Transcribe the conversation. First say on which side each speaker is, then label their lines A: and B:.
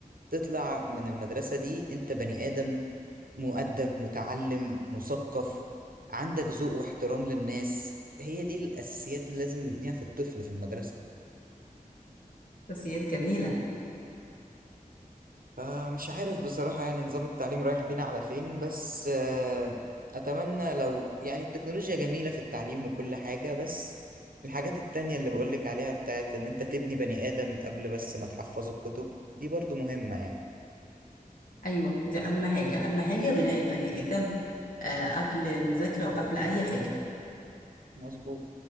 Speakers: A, on the right; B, on the left.
A: تطلع من المدرسة دي انت بني آدم مؤدب متعلم مثقف عندك ذوق واحترام للناس هي دي الأساسيات اللي لازم نبنيها في الطفل في المدرسة
B: شخصيات جميله
A: فمش عارف بصراحة يعني نظام التعليم رايح بينا على فين بس آه، أتمنى لو يعني التكنولوجيا جميلة في التعليم وكل حاجة بس الحاجات التانية اللي بقولك عليها بتاعت إن أنت تبني بني آدم قبل بس ما تحفظه الكتب دي برضو مهمة يعني
B: ايوه دي اهم حاجه اهم حاجه بناء البني ادم آه، قبل المذاكره وقبل اي حاجه
A: مظبوط